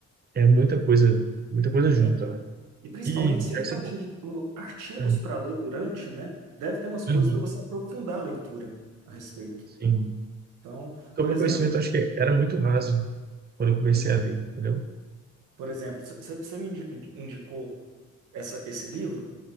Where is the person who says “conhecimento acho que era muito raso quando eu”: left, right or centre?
Right